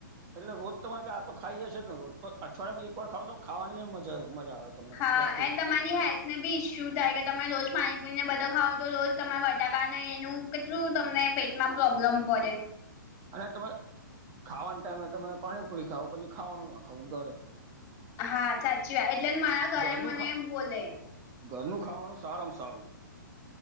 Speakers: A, on the right; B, on the left.
A: એટલે રોજ તમારે કે આતો ખાઈએ જ છે ને રોજ અઠવાડિયાેમાં એક વાર ખાવને તોહ ખાવાનીય મજા મજા આવે તમને
B: હા
A: વસ્તુ
B: અને <unintelligible> મેબી ઈશ્યું થાય કે તમે રોજ પાણીપુણીને બધૂ ખાવતો રોજ તમારે બટાકાને એનું કેટલું તમને પેટમાં પ્રોબ્લેમ પડે.
A: અને તમે ખાવાના ટાઈમે તમે પાણીપુરી ખાવ પછી ખાવાનું ના ખાવું ઘરે-
B: હા સાચી વાત એટલે મને મારા ઘરે
A: ઘરનું
B: મને
A: ખા
B: બોલે-
A: ઘરનું ખાવાનું સારામાં સારું.